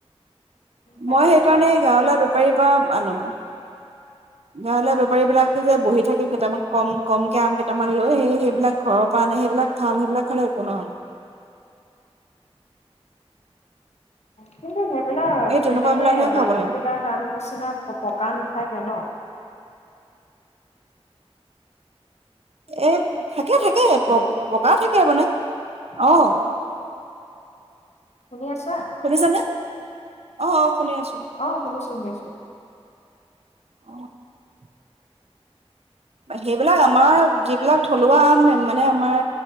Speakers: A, on the left; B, on the right.
A: তাকে।
B: মই সেইকাৰণে গাঁৱলে- বেপাৰি পা আনো। গাৱলে বেপাৰী বিলাক যে বহি থাকে কেইটামান কম কমকে আনে কেইটামান লৈ সেইবিলাক ঘৰৰ পৰা আনে সেইবিলাক ভাল সেইবিলাক খালে একো নহয়।
A: কিন্তু সেইবিলাক
B: এই তেনেকুৱা
A: তেনেকে
B: বিলাকহে
A: বাকীবিলাক
B: খাব লাগে
A: আম নিচিনা পকা নাথাকে ন?
B: এ থাক থাকে থাকে
A: হেল্ল'
B: প পকা থাকে মানে অহ
A: শুনি আছা?
B: সুনিছে নে? অ অ শুনি আছো
A: অ শুনিছো শুনিছো <unintelligible>
B: <unintelligible> সেইবিলাক আমাৰ যিবিলাক থলুৱা আম মানে আমাৰ